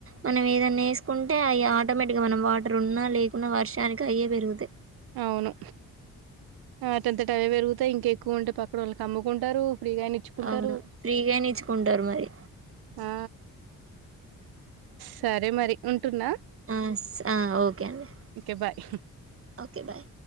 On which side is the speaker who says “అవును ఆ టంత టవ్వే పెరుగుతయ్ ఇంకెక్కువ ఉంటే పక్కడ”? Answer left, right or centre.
Right